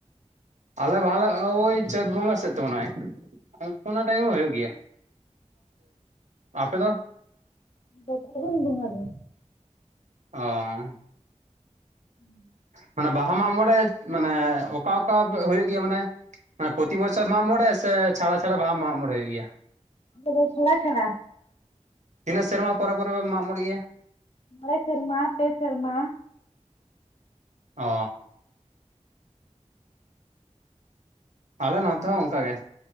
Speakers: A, on the right; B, on the left.
A: ᱟᱞᱮ ᱵᱟᱦᱟᱞᱮ ᱳᱭ ᱪᱟᱹᱛ ᱵᱚᱸᱜᱟ ᱥᱮᱫ ᱛᱮ ᱢᱚᱱᱮ ᱦᱚᱭ ᱚᱱᱟ ᱴᱟᱭᱤᱢ ᱦᱩᱭᱩᱜ ᱜᱮᱭᱟ। ᱟᱯᱮ ᱫᱚ?
B: ᱯᱷᱟᱜᱩᱱ ᱵᱚᱸᱜᱟ ᱜᱮ।
A: ᱚ
B: <unintelligible>
A: ᱢᱟᱱᱮ ᱵᱟᱦᱟ ᱢᱟᱜ ᱢᱚᱬᱮ ᱢᱟᱱᱮ ᱚᱠᱟ ᱚᱠᱟ ᱦᱩᱭᱩᱜ ᱜᱮᱭᱟ ᱢᱟᱱᱮ? ᱢᱟᱱᱮ ᱯᱚᱛᱤ ᱵᱚᱪᱷᱚᱨ ᱢᱟᱜ ᱢᱚᱬᱮ ᱥᱮ ᱪᱷᱟᱲᱟ ᱪᱷᱟᱲᱟ ᱵᱟᱦᱟ ᱢᱟᱜ ᱢᱚᱲᱮ ᱦᱩᱭᱩᱜ ᱜᱮᱭᱟ?
B: ᱠᱚᱫᱚ ᱪᱷᱲᱟ ᱪᱷᱲᱟ।
A: ᱛᱤᱱᱟᱹᱜ ᱥᱮᱨᱢᱟ ᱯᱚᱨᱮ ᱯᱚᱨᱮ ᱞᱮ ᱢᱟᱜ ᱢᱚᱬᱮᱜ ᱜᱮᱭᱟ?
B: ᱢᱚᱲᱮ ᱥᱮᱨᱢᱟ, ᱯᱮ ᱥᱮᱨᱢᱟ।
A: ᱚ ᱟᱞᱮ ᱱᱚᱛᱮ ᱦᱚᱸ ᱚᱝᱠᱟ ᱜᱮ।